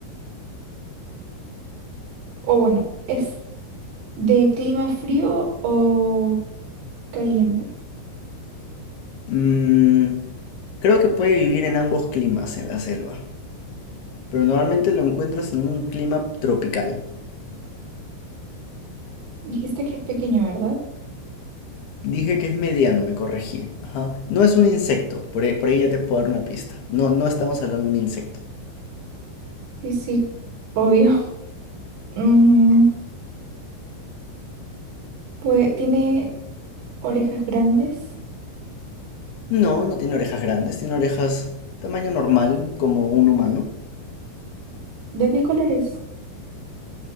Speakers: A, on the right; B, on the left.
A: o bueno, es de clima frío o caliente?
B: Mm, creo que puede vivir en ambos climas en la selva, pero normalmente lo encuentras en un clima tropical.
A: Dijiste que es pequeño, ¿verdad?
B: Dije que es mediano, me corregí. Ajá. No es un insecto, por ahí, por ahí ya te puedo dar una pista. No, no estamos hablando de un insecto.
A: Sí, sí, obvio. <laughs> Mm, pues tiene... Orejas grandes.
B: No, no tiene orejas grandes, tiene orejas tamaño normal, como un humano.
A: ¿De qué color es?